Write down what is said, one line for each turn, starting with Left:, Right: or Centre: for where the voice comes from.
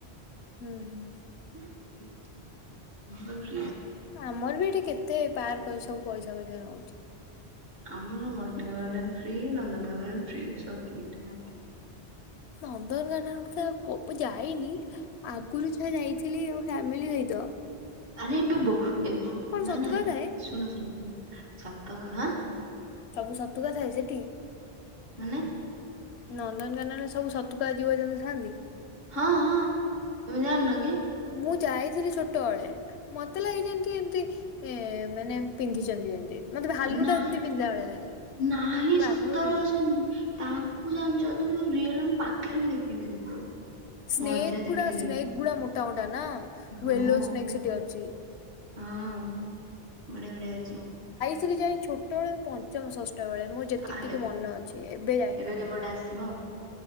Left: ହୁଁ ହୁଁ,
Right: ହ
Left: ଆମର ବି ଏଠି କେତେ ପାର୍କ ଅଛି ସବୁ ପଇସା ଫଇସା ରହୁଛି।
Right: ଆମର ମାଡନ ଗଡନ ଫ୍ରି ନନ୍ଦନ ଫ୍ରି ସବୁ ଫ୍ରି,
Left: ନନ୍ଦନ କାନନ ଭିତରେ କ ଯା ଯାଇନି ଆଗରୁ ଯା ଯାଇଛି ଥିଲଲି ଫ୍ୟାମିଲ ଆଇତ
Right: ଆରେ ଏବେ ବ ଏବେ
Left: ସତୁକା
Right: ନା ନା
Left: ଥାଏ
Right: ଶୁଣ ଶୁଣ ଶୁ ସତଁ,
Left: ସବୁ ସତୁ କଥାଏ ସେଠି,
Right: ମାନେ
Left: ନନ୍ଦନକାନନରେ ସବୁ ସତୁକା ଜୀବଜନ୍ତୁ ଥାଆନ୍ତି।
Right: ହଁ ହଁ ତମେ ଜାଣିନ କି?
Left: ମୁଁ ଯାଇଥିଲି ଛୋଟବେଳେ, ମତେ ଲାଗି ଯେମତି ଏମତି ଏ ମାନେ ପିନ୍ଧିଛନ୍ତି ଯେମତି। ମତେ ଭାଲୁ
Right: ନାଇଁ
Left: ଟା ଏମିତି ପିନ୍ଧିଲା ଭଳିଆ ଲାଗେି
Right: ନାହିଁ
Left: ବାଘ
Right: ସତରେ
Left: ଭରିଆ।
Right: ଅଛନ୍ତି ତାଙ୍କୁ ଜାଣିଛ ତମ ରିଅଲ ପାଖରେ ବି ଦେଖି ପାରିବ।
Left: ସ୍ନେକ
Right: ମଜା ଦେଖେଇଦେବେ।
Left: ଗୁଡା ସ୍ସ୍ନେକଗୁଡା ମୋ ଦନ
Right: ହଁ
Left: ମୁଁ ୟେଲୋ ସ୍ନେକସିଟି ଅଛି
Right: ହଁ ବଢିଆ ବଢିଆ ଅଛି।
Left: ତିଲି ଯାଇଁ ଛୋଟଏଳେ ପଁ ଚମ ଷଷ୍ଠ ବେଳେ ମୁଁ ଯେତିକି
Right: ଆ
Left: ଟିକେ
Right: ଏ
Left: ମନ ଅଛି ଏବେ ଯାଇନି ଆଉ
Right: କେବେ ଗୋଟେ ଆସିବ ଆଉ।